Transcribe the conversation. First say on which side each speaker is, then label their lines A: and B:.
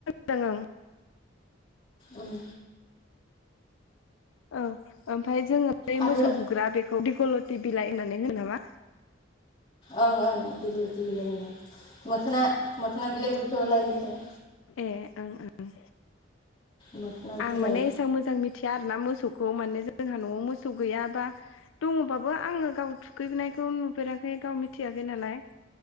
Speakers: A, on the left (about 90°); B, on the left (about 25°).
A: दानां <unintelligible>
B: उम
A: औ ओमफ्राय जोङो बै
B: आरो
A: मोसौ बुग्रा बेखौ दिगलत बिलाइ होननानै दो नामा?
B: ओं ओं आदि गुलथि बिलाइ होन मोखोना मोखोना बिलाइफोरखौबो लायो आरो
A: ए ओं ओं
B: मोखोना बिलाइ
A: आं माने एसबां मोजां मि <unintelligible> खोथिया आरोना मोसौखौ माने जोंहा न'आव मोसौ गैयाबा दङबाबो आङो गाव थुखैनायखौ नुफेराखै गाव मिथियाखै नालाय